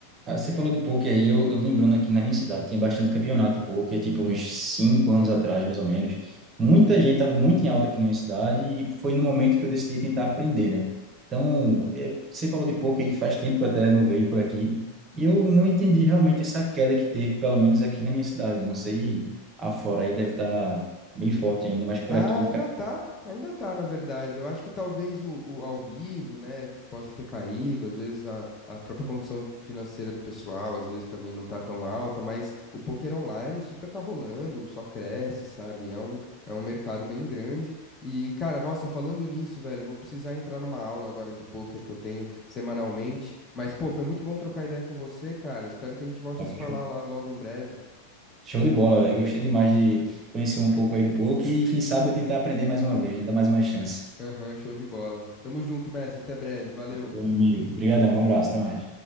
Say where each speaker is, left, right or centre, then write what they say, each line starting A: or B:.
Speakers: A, on the right (about 25°); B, on the left (about 20°).
A: Ah, Você falou de pôquer aí, eu, eu lembrando aqui na minha cidade, tinha bastante campeonato de pôquer, tipo uns cinco anos atrás, mais ou menos. Muita gente estava muito em alta aqui na minha cidade e foi no momento que eu decidi tentar aprender, né? Então, eu- você falou de pôquer aí, faz tempo que eu até não vejo por aqui, e eu não entendi realmente essa queda que teve, pelo menos aqui na minha cidade. Não sei, afora aí deve estar bem forte ainda, mas por
B: Ah,
A: aqui,
B: ainda
A: cara,
B: tá, ainda tá, na verdade. Eu acho que talvez o, o ao vivo, né, possa ter caído, às vezes a, a própria condição financeira do pessoal, às vezes também não tá tão alta, mas o poker online super tá rolando, só cresce, sabe? É um, é um mercado bem grande. E, cara, nossa, falando nisso, velho, eu vou precisar entrar numa aula agora de poker que eu tenho semanalmente. Mas, pô, foi muito bom trocar ideia com você, cara. Espero que a gente volte a se falar
A: show
B: lá logo em breve.
A: show de bola, velho. Gostei demais de conhecer um pouco aí do pôquer e quem sabe eu tentar aprender mais uma vez, né? Dar mais uma chance.
B: Aham, show de bola. Tamo junto, mestre. Até breve. Valeu.
A: Bom, amigo. Obrigadão, um abraço, até mais.